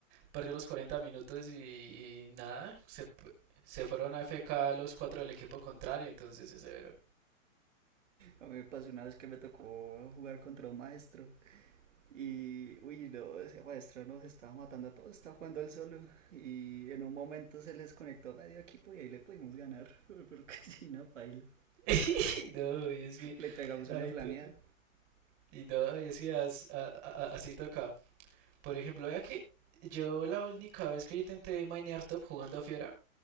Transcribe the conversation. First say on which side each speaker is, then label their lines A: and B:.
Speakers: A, on the right (about 25°); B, on the right (about 65°).
A: perdió los 40 minutos y, y nada, se, p- se fueron a AFK los cuatro del equipo contrario. Entonces es severo.
B: A mí me pasó una vez que me tocó jugar contra un maestro y, uy, no, ese maestro nos estaba matando a todos, estaba jugando él solo y en un momento se les conectó medio equipo y ahí le pudimos ganar, <laughs> pero que si <laughs> no, paila.
A: <laughs> No, y es que
B: Le pegamos
A: ahí
B: una flameada.
A: toca. Y no, y es que as- a- a- a- así toca. Por ejemplo, vea que yo la única vez que yo intenté minear top jugando Fiora,